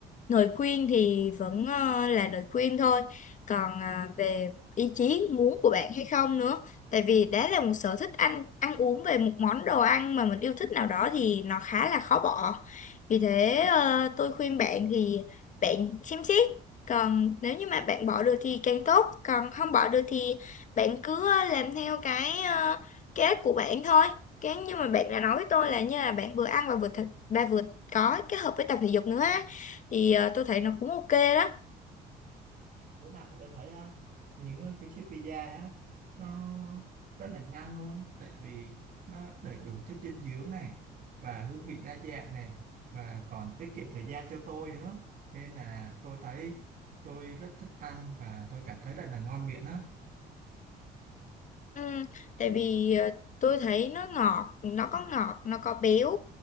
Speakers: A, on the left; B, on the right.
A: lời khuyên thì vẫn ờ, là lời khuyên thôi còn à, về ý chí muốn của bạn hay không nữa tại vì đã là một sở thích ăn ăn uống về một món đồ ăn mà mình yêu thích nào đó thì nó khá là khó bỏ vì thế ờ, tôi khuyên bạn thì bạn xem xét còn nếu như mà bạn bỏ được thì càng tốt còn không bỏ được thì bạn cứ ờ, làm theo cái uh, kế hoạch của bạn thôi cái nhưng mà bạn đã nói với tôi là như là bạn vừa ăn và vừa thật, và vừa có kết hợp với tập thể dục nữa á thì ờ, tôi thấy nó cũng ok đó
B: với lại tôi thấy ờ, những ờ, cái chiếc pizza á nó rất là nhanh luôn tại vì nó đầy đủ chất dinh dưỡng này và hương vị đa dạng này và còn tiết kiệm thời gian cho tôi nữa nên là tôi thấy tôi rất thích ăn và tôi cảm thấy rất là ngon miệng á
A: ừ, tại vì ờ, tôi thấy nó ngọt nó có ngọt nó có béo